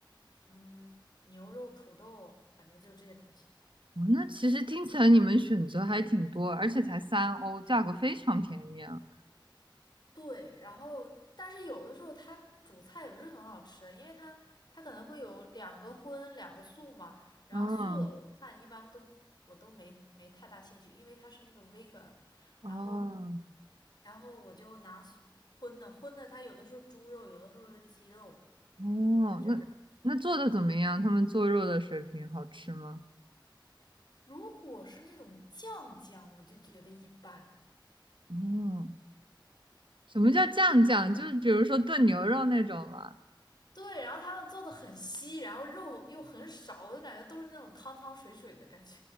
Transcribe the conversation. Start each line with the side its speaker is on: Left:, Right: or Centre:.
Left: 嗯牛肉土豆，反正就是这些东西。
Right: 哦，那其实听起来你们选择还挺多，而且才三欧，价格非常便宜啊。
Left: 对，然后但是有的时候它煮菜也不是很好吃，因为它它可能会有两个荤两个素嘛，然后素的我看一般都我都没没太大兴趣，
Right: 嗯，
Left: 因为它是那个 vegan，
Right: 哦，
Left: 然后然后我就拿素荤的荤的，它有的时候猪肉，有的时候是鸡肉，
Right: 哦，
Left: 它这样。
Right: 那那做的怎么样？他们做肉的水平好吃吗？
Left: 如果是那种酱酱，我就觉得一般。
Right: 嗯，什么叫酱酱？就是比如说炖牛肉那种吗？
Left: 对，然后他们做的很稀，然后肉又很少，我就感觉都是那种汤汤水水的感觉。